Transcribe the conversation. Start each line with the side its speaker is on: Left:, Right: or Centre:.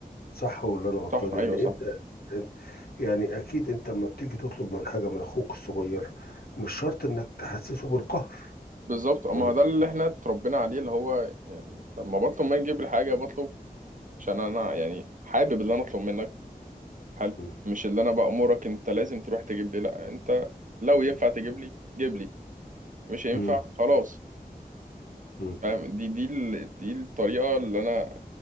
Left: صح ولا انا غلطان
Right: صح أيوه
Left: يعني
Right: صح
Left: انت أنت- يعني اكيد انت لما بتيجي تطلب من حاجه من اخوك الصغير مش شرط انك تحسسه بالقهر
Right: بالظبط اما
Left: ولا
Right: ده اللي احنا اتربينا عليه اللي هو يعني لما بطلب منك تجيب لي حاجه بطلب عشان انا يعني حابب اللي انا اطلب منك حلو
Left: مم.
Right: مش اللي انا بأمرك انت لازم تروح تجيب لي لا انت لو ينفع تجيب لي جيب لي مش هينفع
Left: مم.
Right: خلاص
Left: مم.
Right: فاهم دي دي ال- دي الطريقه اللي انا